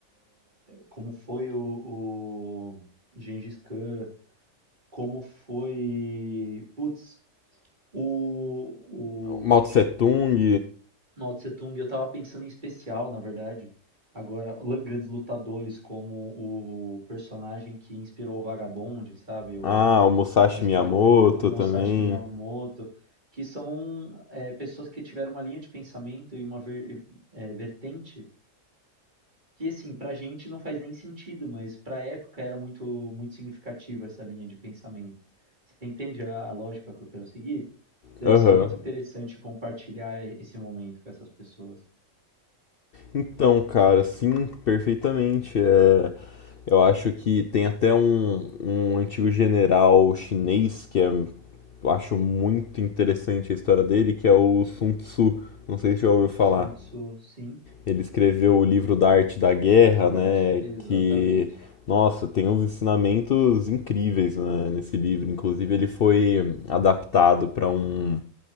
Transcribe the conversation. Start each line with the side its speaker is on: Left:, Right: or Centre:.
Right: como foi o, o Gengis Khan, como foi. Putz, o,
Left: Mao
Right: o
Left: Tse Tung.
Right: Mao Tse Tung, eu tava pensando em especial, na verdade. Agora, grandes lutadores como o personagem que inspirou o Vagabond, sabe? O,
Left: Ah, o Musashi
Right: a história
Left: Miyamoto
Right: do livro, o Musashi
Left: também.
Right: Miyamoto, que são é, pessoas que tiveram uma linha de pensamento e uma ver- é, vertente Que assim, pra gente não faz nem sentido, mas pra época era muito muito significativa essa linha de pensamento. Você entende a a lógica que eu quero seguir? Deve
Left: Aham.
Right: ser muito interessante compartilhar e- esse momento com essas pessoas.
Left: Então, cara, sim, perfeitamente. É, eu acho que tem até um, um antigo general chinês que é, eu acho muito interessante a história dele, que é o Sun Tzu. Não sei se já ouviu falar.
Right: Sun Tzu, sim.
Left: Ele escreveu o livro da Arte da Guerra,
Right: Siddhartha,
Left: né?
Right: exatamente.
Left: Que, nossa, tem uns ensinamentos incríveis, né, nesse livro. Inclusive, ele foi adaptado para um